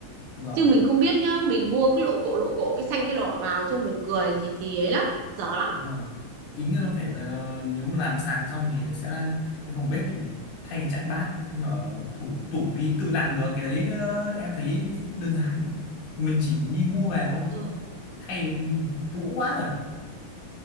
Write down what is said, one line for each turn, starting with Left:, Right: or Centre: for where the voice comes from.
Left: Vâng,
Right: chứ mình không biết nhá mình mua cái lộ cộ lộ cộ cái xanh cái đỏ vào trông buồn cười gì thì ấy lắm dở lắm
Left: đúng rồi. Tính là phải là nếu mà làm sàn xong thì sẽ là cái phòng bếp thì thay cái chặn bát ở thủ tủ đi tự làm được cái đấy ờ, em thấy đơn giản mình chỉ đi mua về thôi
Right: ừ
Left: thay đi vũ quá rồi